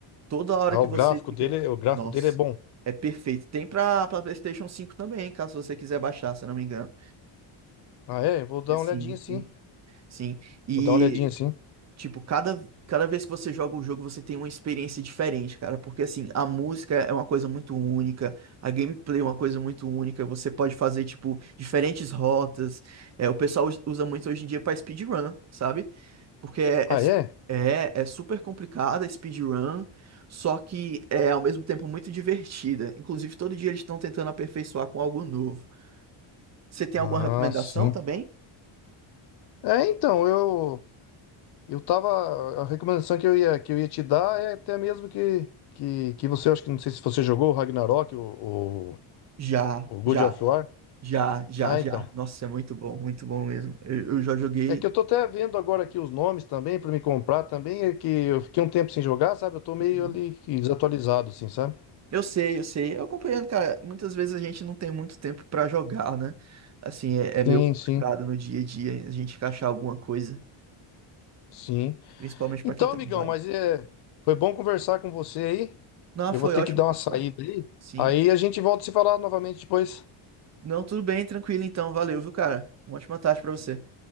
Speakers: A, on the right; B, on the left.
A: Toda hora
B: Ah,
A: que
B: o
A: você
B: gráfico
A: fica...
B: dele, o gráfico
A: Nossa,
B: dele é bom.
A: é perfeito. Tem pra, pra PlayStation cinco também, caso você quiser baixar, se eu não me engano.
B: Ah, é? Vou dar uma
A: Sim,
B: olhadinha sim.
A: sim. Sim. E
B: Vou dar uma olhadinha sim.
A: Tipo, cada, cada vez que você joga o jogo, você tem uma experiência diferente, cara. Porque, assim, a música é uma coisa muito única, a gameplay é uma coisa muito única. Você pode fazer, tipo, diferentes rotas. É, o pessoal us- usa muito hoje em dia pra speedrun, sabe? Porque é,
B: Ah,
A: é, su-
B: é?
A: é, é super complicada a speedrun, só que é, ao mesmo tempo, muito divertida. Inclusive, todo dia eles estão tentando aperfeiçoar com algo novo. Você tem alguma
B: Ah,
A: recomendação
B: sim.
A: também?
B: É, então, eu Eu tava. A recomendação que eu ia, que eu ia te dar é até mesmo que, que, que você, acho que não sei se você jogou o Ragnarok, o, o,
A: Já,
B: o God
A: já.
B: of War.
A: Já, já,
B: Ah,
A: já.
B: então.
A: Nossa, é muito bom, muito bom mesmo. Eu, eu já joguei.
B: É que eu tô até vendo agora aqui os nomes também pra me comprar também. É que eu fiquei um tempo sem jogar, sabe? Eu tô meio
A: Uhum.
B: ali que desatualizado, assim, sabe?
A: Eu sei, eu sei. Eu acompanhando, cara, muitas vezes a gente não tem muito tempo pra jogar, né? Assim, é, é meio
B: Sim,
A: complicado
B: sim,
A: no dia a dia a gente encaixar alguma coisa,
B: sim.
A: principalmente
B: Então,
A: pra quem trabalha.
B: amigão, mas é, foi bom conversar com você aí.
A: Não,
B: Eu
A: foi
B: vou ter
A: ótimo
B: que dar
A: conversar.
B: uma saída aí.
A: Sim.
B: Aí a gente volta a se falar novamente depois.
A: Não, tudo bem, tranquilo então. Valeu, viu, cara? Uma ótima tarde pra você.